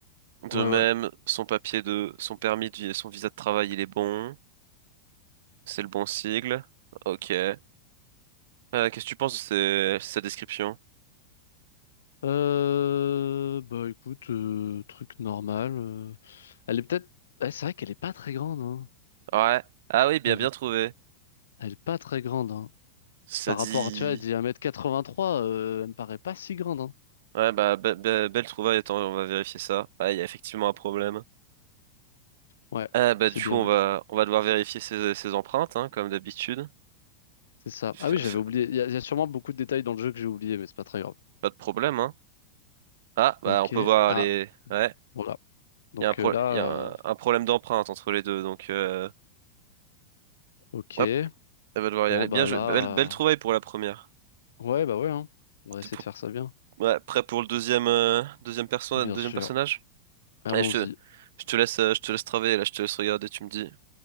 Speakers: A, on the right; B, on the left.
A: De
B: ouais,
A: même,
B: ouais.
A: son papier de... son permis de vie, son visa de travail, il est bon. C'est le bon sigle. Ok. Euh, qu'est-ce que tu penses de ses- sa description?
B: Euh... Bah écoute, euh, truc normal. euh. Elle est peut-être... Ouais, c'est vrai qu'elle est pas très grande, hein.
A: Ouais. Ah oui, bien,
B: Elle
A: bien
B: est,
A: trouvé.
B: elle est pas très grande, hein.
A: Ça
B: C'est Par
A: dit...
B: rapport, tu vois, elle dit 1m83, euh, elle me paraît pas si grande, hein.
A: Ouais, bah, be- be- belle trouvaille, attends, on va vérifier ça. Ouais, il y a effectivement un problème.
B: Ouais,
A: Euh, bah,
B: c'est
A: du
B: bien
A: coup, on
B: vu.
A: va, on va devoir vérifier ses, ses empreintes, hein, comme d'habitude.
B: C'est ça.
A: F-
B: Ah oui, j'avais
A: f-
B: oublié. Il y, a il y a sûrement beaucoup de détails dans le jeu que j'ai oublié, mais c'est pas très grave.
A: Pas de problème, hein. Ah, bah,
B: Ok.
A: on peut voir
B: Ah,
A: les. Ouais,
B: voilà. Donc
A: il y a un, pro...
B: euh, là,
A: il y a un
B: euh,
A: un problème d'empreinte entre les deux, donc euh,
B: ok.
A: hop, elle va devoir
B: Bon,
A: y aller.
B: bah
A: Bien joué,
B: là...
A: belle, belle trouvaille
B: euh,
A: pour la première.
B: Ouais, bah ouais, hein. On va
A: T'es
B: essayer
A: pr-
B: de faire ça bien.
A: ouais, prêt pour le deuxième, euh, deuxième perso...
B: Bien
A: deuxième
B: sûr.
A: personnage?
B: Allons-y.
A: Allez, je te, je te laisse, euh, je te laisse travailler, là, je te laisse regarder, tu me dis.